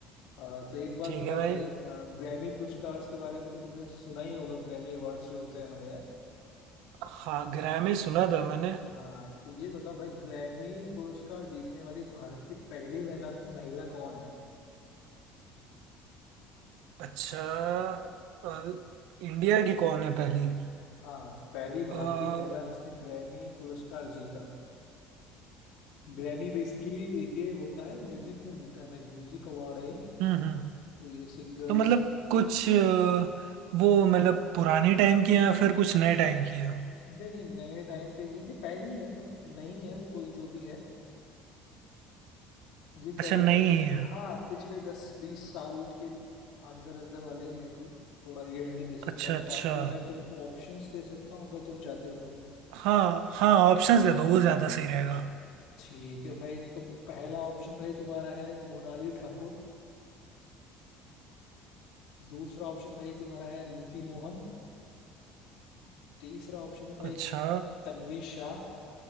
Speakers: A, on the left (about 75°); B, on the right (about 80°).
A: अ, तो एक बात
B: ठीक
A: बताओ
B: है भाई
A: भाई ग्रैमी पुरस्कार के बारे में तो तुमने सुना ही होगा ग्रैमी अवार्ड्स जो होते हैं हमारे यहाँ
B: हाँ ग्रैमी सुना था मैंने
A: हाँ तो ये बताओ भाई ग्रैमी पुरस्कार जीतने वाली भारत की पहली महिला महिला कौन है
B: अच्छा अ, इंडिया की कौन है पहली
A: हाँ पहली भारतीय
B: अ, हम्म
A: महिला जिसने ग्रैमी पुरस्कार जीता ग्रैमी बेसिकली ये होता है म्यूजिक में मिलता है भाई म्यूजिक अवार्ड है ये।
B: हम्म
A: तो ये सिंगर्स
B: तो मतलब कुछ अ, वो मतलब पुराने टाइम की है या फिर कुछ नए टाइम की है
A: नहीं नहीं नए टाइम के ये नहीं पहली ही है मतलब नई है वो कोई जो भी है ये कह
B: अच्छा
A: दो
B: नहीं
A: द,
B: ही है
A: हाँ पिछले दस बीस साल के अंदर अंदर वाली ही है कोई थोड़ा ये हिंट दे सकता
B: अच्छा
A: हूँ
B: अच्छा
A: बाकी मैं तुमको ऑप्शंस दे सकता हूँ अगर तुम चाहते हो तो।
B: हाँ हाँ ऑप्शंस दे दो वो ज़्यादा सही रहेगा
A: ठीक है भाई तो पहला ऑप्शन भाई तुम्हारा है मोनाली ठाकुर दूसरा ऑप्शन भाई तुम्हारा है नीति मोहन तीसरा ऑप्शन है भाई
B: अच्छा
A: तन्वी शाह